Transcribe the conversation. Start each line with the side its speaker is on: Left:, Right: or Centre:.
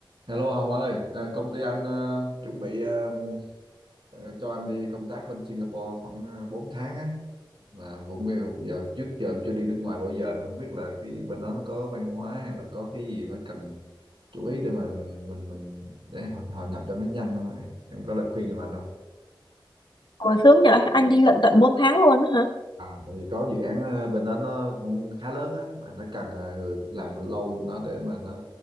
Right: Hello Hồng ơi, à, công ty anh ờ, chuẩn bị ờ, ờ, cho anh đi công tác bên Singapore khoảng uh, 4 tháng á và cũng bây giờ giờ- trước giờ cũng chưa đi nước ngoài bao giờ nên không biết là cái bên đó nó có văn hóa hay là có cái gì phải cần chú ý để mà mình mình để họ, họ nhập cho nó nhanh không em? Em có lời khuyên giùm anh không?
Left: Ồ, sướng vậy, anh đi lận tận 4 tháng luôn á hả?
Right: À, tại vì có dự án ờ, bên đó nó cũng khá lớn á mà nó cần ờ, người làm lâu cho nó để mà nó